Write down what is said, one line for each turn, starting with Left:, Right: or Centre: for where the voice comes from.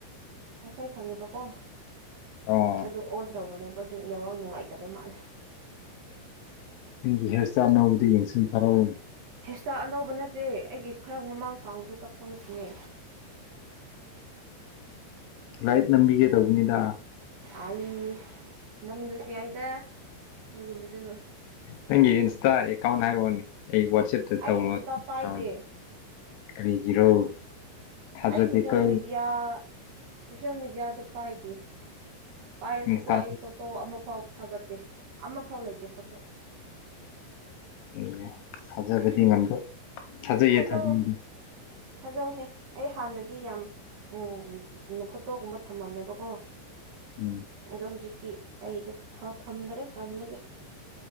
Right: ꯋꯥꯏꯐꯥꯏ ꯐꯪꯉꯦꯕꯀꯣ
Left: ꯑꯣ
Right: ꯑꯗꯨ ꯑꯣꯟ ꯇꯧꯕꯅꯦꯕ ꯗꯨꯏ ꯅꯦꯋꯥꯛ ꯅꯨꯉꯥꯏꯇꯕ ꯃꯥꯜꯂꯦ
Left: ꯅꯪꯒꯤ ꯍꯤꯌꯔ ꯁ꯭ꯇꯥꯏꯜ ꯑꯅꯧꯕꯗꯣ ꯌꯦꯡꯁꯤꯅꯦ ꯊꯔꯛꯎꯅꯦ
Right: ꯍꯦꯌꯔ ꯁ꯭ꯇꯥꯏꯜ ꯑꯅꯧꯕ ꯅꯠꯇꯦ ꯑꯩꯒꯤ ꯈꯔ ꯃꯃꯥꯡ ꯁꯥꯡꯕꯗꯣ ꯀꯛꯄ ꯈꯛꯇꯅꯦ
Left: ꯂꯥꯏꯠ ꯅꯝꯕꯤꯒꯦ ꯇꯧꯕꯅꯤꯗ
Right: ꯑꯩ ꯅꯝꯗ꯭ꯔꯁꯨ ꯌꯥꯏꯗ ꯑꯗꯨꯒꯨꯝꯕꯗꯨ
Left: ꯅꯪꯒꯤ ꯏꯟꯁ꯭ꯇꯥ ꯑꯦꯀꯥꯎꯟ ꯍꯥꯏꯔꯛꯑꯣꯅꯦ ꯑꯩ ꯋꯥꯆꯦꯞꯇ
Right: ꯑꯩ
Left: ꯇꯧꯔꯣꯏꯅꯤ
Right: ꯏꯟꯁꯇꯥ ꯄꯥꯏꯗꯦ
Left: ꯀꯔꯤꯒꯤꯔꯣ ꯊꯥꯖꯗꯦꯀꯣ
Right: ꯑꯩ ꯁꯣꯁꯦꯜ ꯃꯦꯗꯤꯌꯥ ꯁꯣꯁꯦꯜ ꯃꯦꯗꯤꯌꯥꯗ ꯄꯥꯏꯗꯦ ꯄꯥꯏꯔꯁꯨꯀꯣ
Left: ꯏꯟꯁꯇꯥ
Right: ꯑꯩ ꯐꯣꯇꯣ ꯑꯃꯐꯥꯎ ꯊꯥꯒꯠꯇꯦ ꯑꯃꯐꯥꯎ ꯂꯩꯇꯦ ꯐꯣꯇꯣ
Left: ꯑꯦ ꯊꯥꯖꯕꯗꯤ
Right: ꯎꯝ
Left: ꯉꯝꯗ ꯊꯥꯖꯩꯌꯦ
Right: ꯊꯖꯧꯑꯣ
Left: ꯊꯥꯖꯩꯌꯦ
Right: ꯊꯥꯖꯧꯍꯦ ꯑꯩ ꯍꯥꯟꯅꯗꯤ ꯌꯥꯝ ꯎꯝ ꯐꯣꯇꯣꯒꯨꯝꯕ ꯊꯝꯃꯝꯃꯦꯕꯀꯣ
Left: ꯎꯝ
Right: ꯑꯗꯣ ꯍꯧꯖꯤꯛꯇꯤ ꯑꯩꯗꯣ ꯊꯝꯗ꯭ꯔꯦ ꯇꯟꯕꯒꯤ